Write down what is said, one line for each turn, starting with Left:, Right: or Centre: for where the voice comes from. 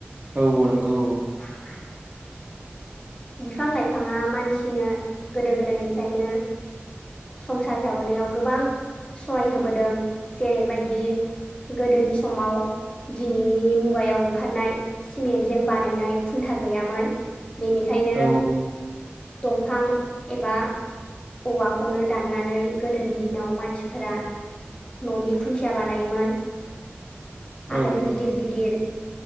Right: औ नंगौ।
Left: <inaudible> बिफां लाइफाङा मानसिनो गोदो गोदायनिफ्रायनो संसार जाबोनायाव गोबां सहाय होबोदों जेरैबायदि गोदोनि समाव दिनैनि मुगायाव ओंखारनाय सिमेन्टजों बानायनाय खुन्था गैयामोन बेनि खायनो
Right: औ
Left: दंफां एबा औवाखौनो दाननानै गोदोनि दिनाव मानसिफोरा न'नि खुन्थिया बानायोमोन
Right: औ
Left: आरो
Right: नंगौ
Left: गिदिर गिदिर